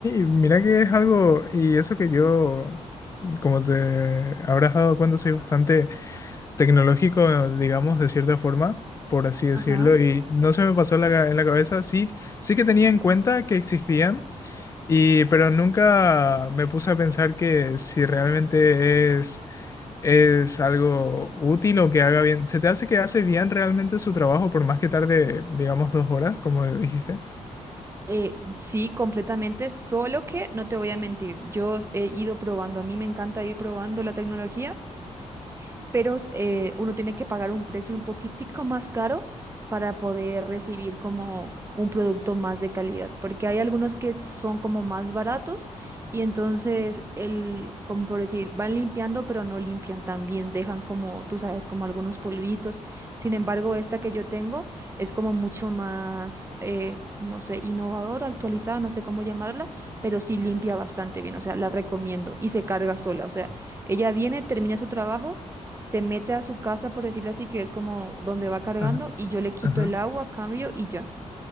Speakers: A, on the left; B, on the right.
A: mira que es algo, y eso que yo, como te habrás dado cuenta, soy bastante tecnológico, digamos, de cierta forma, por así decirlo,
B: Ajá.
A: y no se me pasó la ca- en la cabeza, sí, sí que tenía en cuenta que existían, y, pero nunca me puse a pensar que si realmente es, es algo útil o que haga bien, ¿se te hace que hace bien realmente su trabajo por más que tarde, digamos, dos horas, como dijiste?
B: Eh, sí, completamente, solo que no te voy a mentir, yo he ido probando, a mí me encanta ir probando la tecnología pero eh, uno tiene que pagar un precio un poquitico más caro para poder recibir como un producto más de calidad, porque hay algunos que son como más baratos y entonces el, como por decir, van limpiando, pero no limpian tan bien, dejan como, tú sabes, como algunos polvitos. Sin embargo, esta que yo tengo es como mucho más, eh, no sé, innovadora, actualizada, no sé cómo llamarla, pero sí limpia bastante bien, o sea, la recomiendo y se carga sola, o sea, ella viene, termina su trabajo se mete a su casa, por decirlo así, que es como donde va cargando,
A: Ajá,
B: y yo le quito
A: ajá.
B: el agua, cambio y ya.